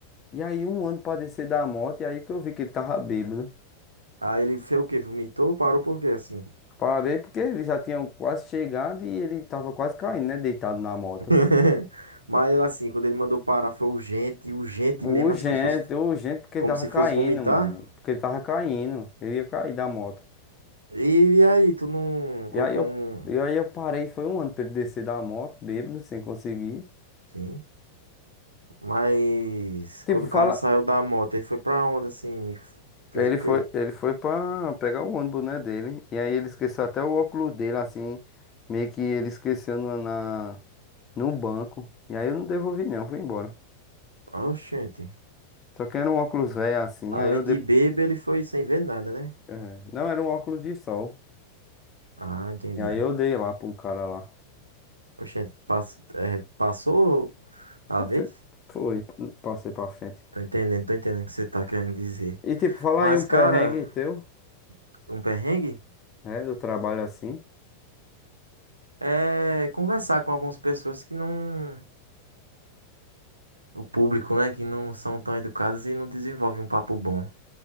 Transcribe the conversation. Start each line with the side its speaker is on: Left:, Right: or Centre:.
Left: E aí um ano pra descer da moto, e aí que eu vi que ele tava bêbado.
Right: Aí ele fez o quê? Vomitou? Parou por quê, assim?
Left: Parei porque ele já tinha quase chegado e ele tava quase caindo, né? Deitado na moto.
Right: <laughs> Mas ele, assim, quando ele mandou parar, foi urgente, urgente
Left: Urgente,
Right: mesmo, assim, como se fosse,
Left: urgente, porque
Right: como
Left: ele tava
Right: se
Left: caindo,
Right: fosse vomitar.
Left: mano. Porque ele tava caindo. Ele ia cair da moto.
Right: E, e aí, tu não
Left: E
Right: colocou
Left: aí eu,
Right: um...
Left: e aí eu parei, foi um ano pra ele descer da moto, bêbado, sem conseguir.
Right: Sim. Mas
Left: Tipo,
Right: quando o
Left: fala.
Right: cara saiu da moto, ele foi pra onde assim? Me f- fez
Left: Ele
Right: o quê?
Left: foi, ele foi pra pegar o ônibus, né, dele. E aí ele esqueceu até o óculos dele, assim. Meio que ele esqueceu no, na, no banco. E aí eu não devolvi, não, fui embora.
Right: Oxente.
Left: Só que era um óculos velho assim,
Right: Além
Left: aí eu dei.
Right: de bêbado, ele foi sem ver nada, né?
Left: é, não, era um óculos de sol.
Right: Ah, entendi.
Left: E aí eu dei lá pra um cara lá.
Right: Oxente, pass- é, passou a
Left: Passei,
Right: vez?
Left: foi, passei pra frente.
Right: Tô entendendo, tô entendendo o que você tá querendo dizer.
Left: E tipo, falar
Right: Mas,
Left: aí um perrengue
Right: cara,
Left: teu,
Right: um perrengue
Left: né, do trabalho assim.
Right: é conversar com algumas pessoas que não. O público, né? Que não são tão educadas e não desenvolve um papo bom.